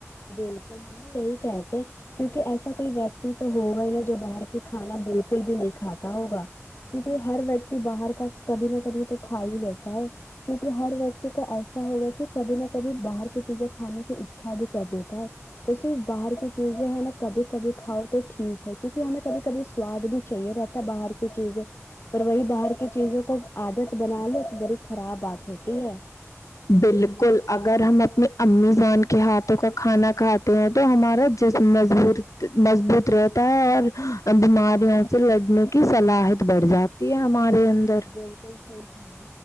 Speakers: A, on the left; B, on the left.
A: بلکل ہم بھی یہی کہتے کیونکہ ایسا کوئی ویکتی تو ہوگا ہی نا جو باہر کی کھانا بلکل بھی نہیں کھاتا ہوگا کیونکہ ہر ویکتی باہر کا کبھی نہ کبھی تو کھا ہی لیتا ہے کیونکہ ہر ویکتی کو ایسا ہوگا کہ کبھی نہ کبھی باہر کی چیزیں کھانے کی اچھا بھی کربے دیتا ہے تو صرف باہر کی چیزے ہے نا کبھی کبھی کاؤ تو ٹھیک ہے کیونکہ ہمیں کبھی کبھی سواد بھی چاہئے رہتا بار چیزیں پر وہی باہر کی چیزوں کو عادت بنا لو تو بڑی خراب بات ہوتی ہے
B: بلکل اگر ہم اپنی امی زان کے ہاتھوں کا کھانا کھاتے تو ہمارا جسم مضبوط مضبوط رہتا ہے اور بیماریوں سے لڑنے کی صلاحیت بڑھ جاتی ہے ہمارے انرر
A: بلکل صہی